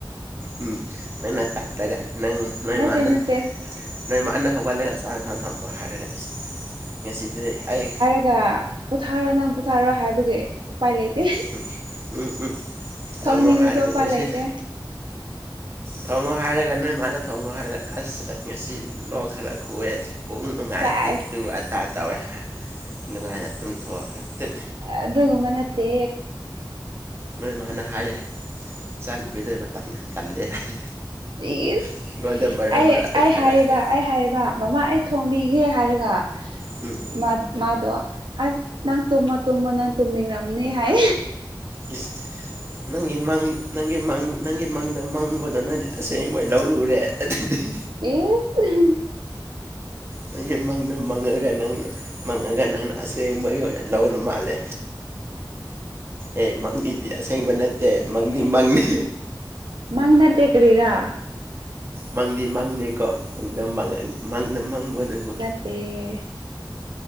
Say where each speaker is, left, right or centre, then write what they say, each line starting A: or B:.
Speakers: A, on the right; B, on the right.
A: ꯎꯝ ꯅꯪꯅ ꯇꯜꯂꯒ ꯅꯪ ꯅꯣꯏ
B: ꯅꯠꯇꯦ
A: ꯃꯥꯅ
B: ꯅꯠꯇꯦ
A: ꯅꯣꯏ ꯃꯥꯅ ꯍꯧꯒꯠꯂꯒ ꯆꯥꯛ ꯌꯦꯟꯁꯥꯡ ꯊꯣꯡꯕ ꯍꯥꯏꯔꯒ ꯏꯁ ꯉꯁꯤꯗꯤ ꯑꯩ
B: ꯑꯗꯨꯒ ꯄꯣꯊꯥꯔꯣ ꯅꯪ ꯄꯣꯊꯥꯔꯣ ꯍꯥꯏꯕꯒꯤ ꯎꯄꯥꯏ ꯂꯩꯇꯦ
A: ꯎꯝ ꯎꯝ ꯎꯝ ꯊꯣꯡꯉꯣ
B: ꯊꯣꯡꯅꯤꯡꯉꯁꯨ
A: ꯍꯥꯏꯔꯗꯤ
B: ꯎꯄꯥꯏ
A: ꯉꯥꯁꯤ
B: ꯂꯩꯇꯦ
A: ꯊꯣꯡꯉꯣ ꯍꯥꯏꯔꯒ ꯅꯣꯏ ꯃꯥꯗ ꯊꯣꯡꯉꯣ ꯍꯥꯏꯔꯒ ꯑꯁ ꯉꯁꯤ ꯂꯣꯛ ꯈꯔ ꯈꯨꯑꯦ ꯄꯨꯛ ꯅꯨꯡꯉꯥꯏꯇꯦ
B: ꯆꯥꯏꯁ
A: ꯑꯗꯨ ꯑꯗꯥ ꯇꯧꯋꯦ ꯍꯥꯏ ꯅꯨꯡꯉꯥꯏꯅ ꯇꯨꯝꯊꯣꯛꯑꯒ ꯇꯨꯠ
B: ꯑꯗꯨꯒꯨꯝꯕ ꯅꯠꯇꯦ
A: ꯅꯣꯏ ꯃꯥꯅ ꯍꯥꯏꯌꯦ ꯏꯆꯥ ꯅꯨꯨꯄꯤꯗꯣ ꯃꯇꯟ ꯌꯥꯝ ꯇꯜꯂꯦ ꯍꯥꯏ
B: ꯏꯁ
A: ꯑꯩꯉꯣꯟꯗ ꯃꯔꯛ
B: ꯑꯩ
A: ꯃꯔꯛ
B: ꯑꯩ
A: ꯍꯥꯏꯔꯛꯑꯦ
B: ꯍꯥꯏꯑꯦꯕ ꯑꯩ ꯍꯥꯏꯕ ꯃꯃꯥ ꯑꯩ ꯊꯣꯡꯕꯤꯒꯦ ꯍꯥꯏꯔꯒ
A: ꯎꯝ ꯎꯝ
B: ꯃꯥ ꯃꯥꯗꯣ ꯑꯁ ꯅꯪ ꯇꯨꯝꯃꯣ ꯇꯨꯝꯃꯣ ꯅꯪ ꯇꯨꯝꯅꯤꯡꯉꯝꯃꯅꯤ ꯍꯥꯏ
A: ꯏꯁ ꯅꯪꯒꯤꯥ ꯃꯪ ꯅꯪꯒꯤꯥ ꯃꯪ ꯅꯪꯒꯤ ꯃꯪꯗ ꯃꯪꯕꯗꯣ ꯅꯪ ꯑꯁꯦꯡꯕꯒꯤ ꯂꯧꯔꯨꯔꯦ ꯑꯗꯨꯗꯤ
B: ꯑꯦ <unintelligible>
A: ꯅꯪꯒꯤ ꯃꯪꯗꯣ ꯃꯪꯉꯒ ꯅꯪꯅ ꯃꯪꯉꯒ ꯅꯪꯅ ꯑꯁꯦꯡꯕꯒꯤ ꯑꯣꯏꯅ ꯂꯧꯔ ꯃꯥꯜꯂꯦ ꯑꯦ ꯒꯤꯗꯤ ꯑꯁꯦꯡꯕ
B: ꯑꯁꯦꯡꯕꯅꯦ
A: ꯅꯠꯇꯦ ꯃꯪꯗꯤ ꯃꯪꯅꯤ
B: ꯃꯪ ꯅꯠꯇꯦ ꯀꯔꯤꯔꯥ
A: ꯃꯪꯗꯤ ꯃꯪꯅꯦꯀꯣ ꯃꯡꯗ ꯃꯡꯉ ꯃꯡꯗ ꯃꯡꯕꯗꯨꯕꯨ
B: ꯇꯦ